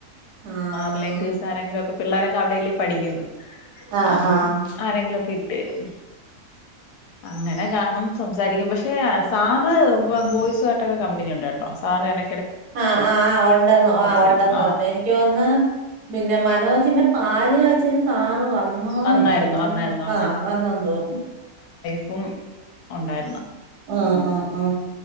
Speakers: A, on the right; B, on the left.
A: ആഹ്
B: റിലേറ്റീവ്സ് ആരെങ്കിലും ഒക്കെ പിള്ളോരൊ അവിടെല്ലേ പഠിക്കുന്നത്
A: ആഹ്
B: അപ്പം
A: ആഹ്
B: ആരെങ്കിലൊക്കെ ഇട്ടരും അങ്ങനെ കാണും സംസാരിക്കും പക്ഷെ സാറ് ബോയ്സു ആയിട്ടൊക്കെ കമ്പനിയുണ്ട് കേട്ടോ സാറ് എട
A: ആ ആ ആ ഉണ്ട് ന്ന്
B: ചെയ്യും
A: ഉണ്ട്ന്ന്
B: ആ
A: പറഞ്ഞു എനിക്ക് തോന്ന്ന്ന് പിന്നെ മനോജിന്റെ പാല് കാച്ചിന് സാറ് വ ന്നോണ്ടോ
B: വന്നായിരുന്നു വന്നായിരുന്നു
A: ആ വന്നന്ന് തോന്നു
B: പ്പും ഉണ്ടായിരുന്നു
A: ആ ആഹ് ആ